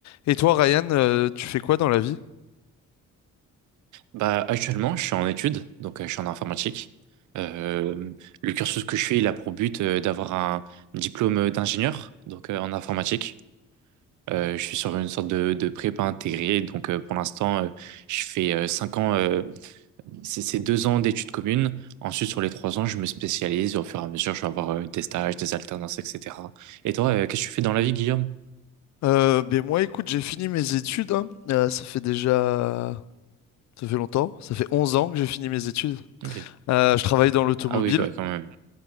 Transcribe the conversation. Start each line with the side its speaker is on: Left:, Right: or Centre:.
Left: Et toi, Ryan, euh, tu fais quoi dans la vie?
Right: Bah, actuellement, je suis en études, donc euh, je suis en informatique. Euh, le cursus que je fais, il a pour but euh, d'avoir un diplôme euh, d'ingénieur, donc euh, en informatique. Euh, je suis sur une sorte de, de prépa intégrée, donc euh, pour l'instant, euh, je fais euh, cinq ans, euh, c'est c'est deux ans d'études communes. Ensuite, sur les trois ans, je me spécialise. et Au fur et à mesure, je vais avoir euh, des stages, des alternances, etc. Et toi, euh, qu'est-ce que tu fais dans la vie, Guillaume?
Left: Euh, ben moi, écoute, j'ai fini mes études. hein. Euh, ça fait déjà... Ça fait longtemps. Ça fait 11 ans que j'ai fini mes études.
Right: Ok.
Left: Euh, je travaille dans l'automobile.
Right: Ah oui, quoi, quand même.